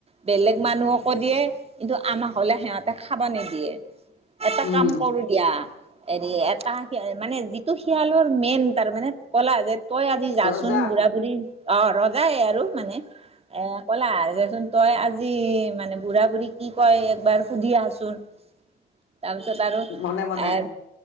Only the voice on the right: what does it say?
বেলেগ মান নুহকো দিয়ে কিন্তু আমাক হলে সিহঁতে খাব নিদিয়ে। এটা
কাম কৰো দিয়া। হেৰি এটা মানে যিটো শিয়ালৰ মেইন তাৰ মানে কলা যে তই আদি যাচোন
বুঢ়া -বুঢ়ী অ ৰজাই আৰু মানে এ কলা যেচোন তই আজি মানে বুঢ়া -বুঢ়ী কি কয় একবাৰ সুধি আহচোন। তাৰপিছত আৰু
এ